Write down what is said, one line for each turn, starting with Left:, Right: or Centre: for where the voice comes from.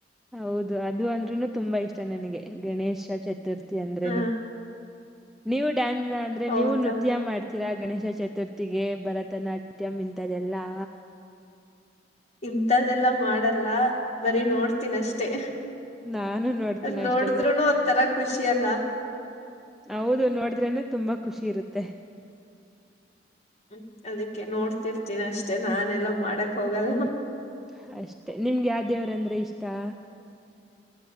Centre: ಹೌದು ಅದು ಅಂದ್ರುನು ತುಂಬಾ ಇಷ್ಟ ಇಷ್ಟಾ ನನಗೆ ಗಣೇಶ ಚತುರ್ಥಿ ಅಂದ್ರೇನು
Left: ಆ
Centre: ಮ್ಯೂಟ್ ಟ್ಯಾಂಝ ಅಂದ್ರೆ
Left: ಹೌದು
Centre: ನೀವು ನೃತ್ಯ ಮಾಡ್ತೀ ತಿರ ಗಣೇಶ ಚತುರ್ಥಿಗೆ ಭರತನಾಟ್ಯಂ ಇಂಥದೆಲ್ಲಾ
Left: ಇಂತದ್ದೆಲ್ಲ ಮಾಡಲ್ಲ ಬರಿ ನೋಡ್ತೀನ್ ಅಷ್ಟೇ.
Centre: ನಾನು ನೋಡ್ತೀನಿ
Left: ಅದ್
Centre: ಅಷ್ಟೇ
Left: ನೋಡ್ದ್ರುನು
Centre: ನೋ-
Left: ಒಂತರ ಖುಷಿ ಅಲ್ಲ
Centre: ಹೌದು ನೋಡಿದ್ರೇನೇ ತುಂಬಾ ಖುಷಿ ಇರುತ್ತೆ.
Left: ಹ್ಮ್ ಅದಕ್ಕೆ ನೋಡ್ತಿರ್ತೀನಿ ಅಷ್ಟೇ ನಾನೆಲ್ಲಾ ಮಾಡಕ್ ಹೋಗಲ್ಲ
Centre: ಹ್ಮ್ ಅಷ್ಟೇ ನಿಮ್ಗ್ ಯಾವ್ ದೇವ್ರಂದ್ರೆ ಇಷ್ಟ್ ಟ